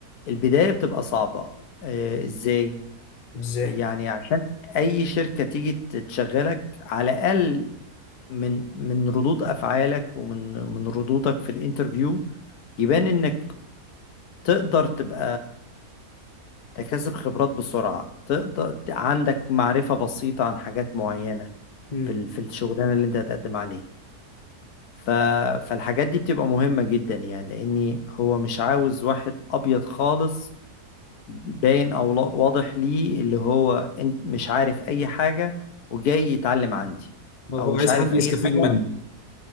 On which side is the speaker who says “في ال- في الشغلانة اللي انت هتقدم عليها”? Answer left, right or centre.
Left